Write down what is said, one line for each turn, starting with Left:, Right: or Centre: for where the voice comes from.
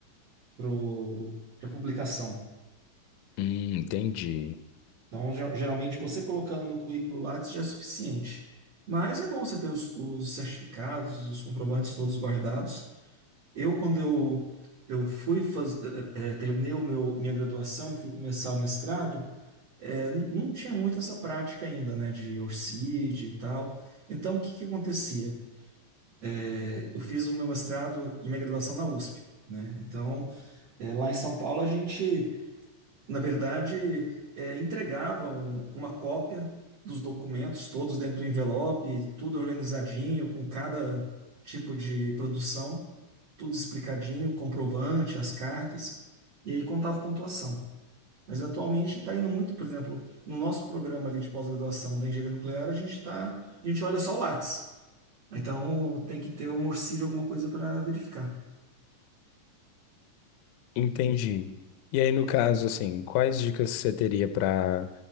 Right: pro para publicação.
Left: Hum, entendi.
Right: Então, ge- geralmente você colocando no currículo Lattes já é suficiente. Mas é bom você ter os, os certificados, os comprovantes todos guardados Eu, quando eu, eu fui faz, eh, eh, eh, terminei o meu, minha graduação e fui começar o mestrado, eh, n- não tinha muito essa prática ainda, né, de ORCID e tal. Então, o que que acontecia? Eh, eu fiz o meu mestrado e minha graduação na USP, né? Então, eh, lá em São Paulo, a gente, na verdade, eh, entregava um- uma cópia dos documentos, todos dentro do envelope, tudo organizadinho, com cada tipo de produção tudo explicadinho, comprovante, as cartas, e aí contava pontuação. Mas atualmente está indo muito, por exemplo, no nosso programa ali de pós-graduação da engenharia nuclear, a gente tá, a gente olha só o Lattes. Então tem que ter um orcíleo, alguma coisa para verificar.
Left: Entendi. E aí, no caso, assim, quais dicas você teria para